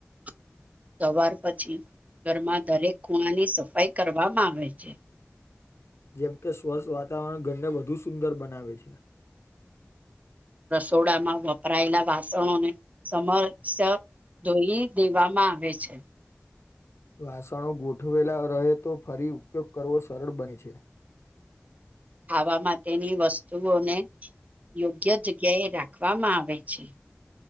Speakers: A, on the right (about 35°); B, on the left (about 80°).
A: <inaudible> સવાર પછી ઘરમાં દરેક ખૂણાની સફાઈ કરવામાં આવે છે.
B: જેમ કે સ્વસ્થ વાતાવરણ ઘરને વધુ સુંદર બનાવે છે.
A: રસોડામાં વપરાયેલા વાસણોને સમયસ ધોઈએ દેવામાં આવે છે.
B: વાસણો ગોઠવેલા રહે તો ફરી ઉપયોગ કરવો સરળ બને છે.
A: ખાવા માટેની વસ્તુઓને યોગ્ય જગ્યાએ રાખવામાં આવે છે.